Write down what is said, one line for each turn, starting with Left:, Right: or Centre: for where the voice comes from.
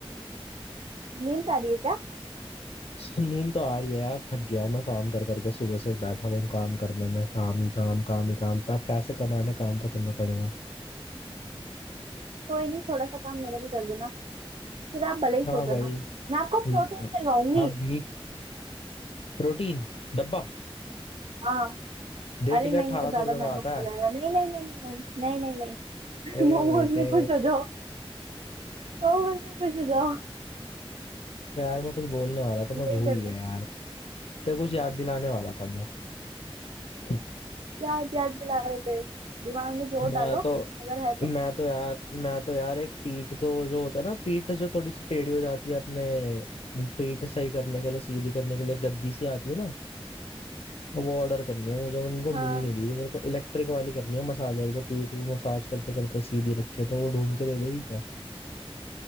Right: नींद आ रही है क्या
Left: नींद तो आ रही है यार थक गया मैं काम कर करके सुबह से बैठा हुआ हूँ काम करने में काम ही काम काम ही काम अब पैसे कमाने काम तो करना पड़ेगा
Right: कोई नहीं थोड़ा सा काम मेरा भी कर देना फिर आप भले ही सो
Left: हाँ
Right: जाना
Left: भाई
Right: मैं आपको
Left: हम्म,
Right: प्रोटीन दिलवाऊंगी
Left: अब भी प्रोटीन डब्बा
Right: हाँ
Left: देख
Right: अरे
Left: लिया
Right: नहीं
Left: अठारह
Right: वो ज्यादा
Left: सौ रुपये
Right: महंगा
Left: का आता
Right: पड़ जाएगा
Left: है
Right: नहीं नहीं नहीं नहीं नहीं नहीं नहीं नहीं
Left: अरे
Right: <laughs> मोमोज
Left: बेटे
Right: में खुश हो जाओ मोमोज में खुश हो जाओ
Left: यार मैं कुछ बोलने वाला था मैं
Right: वही
Left: भूल
Right: करना
Left: गया यार तो कुछ याद दिलाने वाला था मैं <laughs>
Right: क्या याद दिला रहे थे दिमाग में जोर
Left: मैं
Right: डालो
Left: तो
Right: अगर है तो
Left: मैं तो यार मैं तो यार एक पीठ को वो जो होता है ना पीठ जो थोड़ी सी टेढ़ी हो जाती है अपने पीठ सही करने के लिए सीधी करने के लिए गद्दी सी आती है ना वो ऑर्डर करनी है मुझे उनको
Right: हाँ
Left: मिल नहीं रही मेरे को इलेक्ट्रिक वाली करनी है मसाजर जो पीठ को मसाज करते करते सीधी रखे तो वो ढूंढ के दे देगी क्या